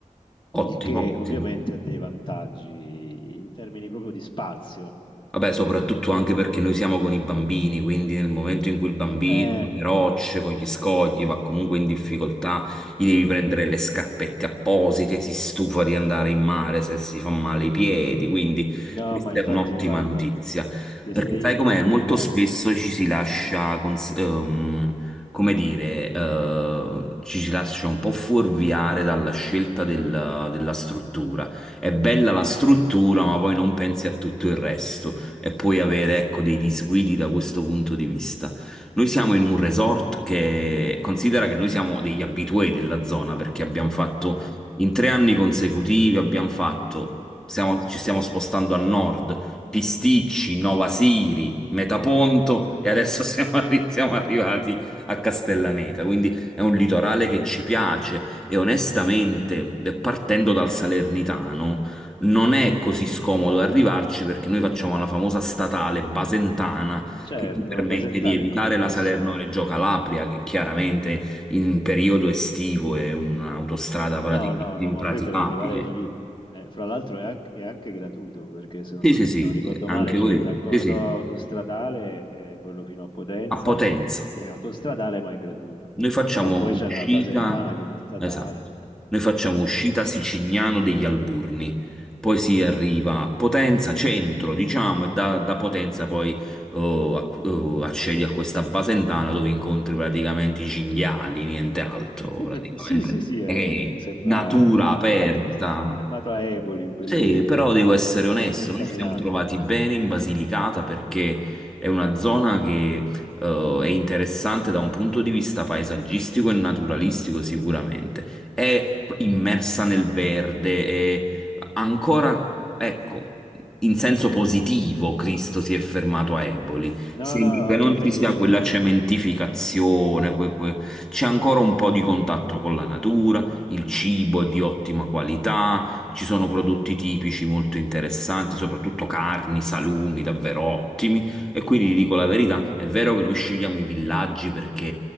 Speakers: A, in the centre; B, on the left.
A: Ottimo,
B: il che
A: ottimo.
B: ovviamente ha dei vantaggi in termini proprio di spazio.
A: Vabbè, soprattutto anche perché noi siamo con i bambini, quindi nel momento in cui il bambino
B: Eh,
A: con le rocce, con gli scogli va comunque in difficoltà, gli devi prendere le scarpette apposite, si stufa di andare in mare se si fa male i piedi, quindi
B: no,
A: questa
B: ma infatti,
A: è un'ottima
B: guarda,
A: notizia.
B: se
A: Perché
B: sei
A: sai
B: in
A: com'è?
B: famiglia...
A: Molto spesso ci si lascia, cons- ehm, come dire, eh, ci si lascia un po' fuorviare dalla scelta del- della struttura. È bella la struttura, ma poi non pensi a tutto il resto e poi avere, ecco, dei disguidi da questo punto di vista. Noi siamo in un resort che considera che noi siamo degli abitué della zona perché abbiamo fatto
B: Ah,
A: in tre anni consecutivi, abbiamo fatto, siamo- ci stiamo spostando a nord, Pisticci, Nova Siri, Metaponto
B: mm,
A: e adesso <laughs> siamo,
B: ok.
A: arri- siamo arrivati a Castellaneta, quindi è un litorale che ci piace e onestamente, partendo dal Salernitano non
B: Mhm.
A: è così scomodo arrivarci perché noi facciamo la famosa statale Basentana
B: Certo,
A: che ci permette
B: la Basentana
A: di evitare
B: è comodissima.
A: la Salerno-Reggio Calabria, che chiaramente in periodo estivo è un'autostrada
B: No,
A: praticamente
B: no, no,
A: impraticabile.
B: ma poi per arrivare lì, eh, fra l'altro è anche, è anche gratuito perché se non,
A: Sì, sì,
B: se
A: sì,
B: non ricordo
A: anche
B: male c'è
A: voi.
B: il raccordo
A: Sì, sì,
B: autostradale, eh, quello fino a Potenza,
A: a Potenza.
B: che, che è autostradale ma è gratuito.
A: Noi facciamo
B: E poi
A: uscita,
B: c'è la Basentana che è una statale.
A: esatto,
B: eh,
A: noi facciamo uscita
B: eh.
A: Sicignano degli Alburni, poi si
B: Mhm.
A: arriva a Potenza, centro, diciamo, e da, da Potenza poi oh, acc- oh, accedi a questa Basentana dove incontri praticamente i cinghiali, niente altro,
B: <laughs>
A: praticamente.
B: Sì, sì, sì, eh,
A: È
B: sembra
A: natura
B: ancora
A: aperta.
B: Cristo si è fermato a Eboli, bellissimo,
A: Sì, però devo essere onesto,
B: contaminato.
A: noi ci Sì. siamo trovati bene in Basilicata perché è una zona che eh, è interessante da un punto di vista paesaggistico e naturalistico sicuramente. È immersa nel verde, è ancora, ecco, in senso positivo Cristo si è fermato a Eboli.
B: No,
A: Sembra
B: no, no,
A: che
B: anche
A: non
B: a me
A: ci
B: piace
A: sia quella
B: tanto.
A: cementificazione, que- que- c'è ancora un po' di contatto con la natura, il cibo è di ottima qualità ci sono prodotti tipici molto interessanti, soprattutto carni, salumi davvero ottimi. E quindi ti dico la verità, è vero che noi scegliamo i villaggi perché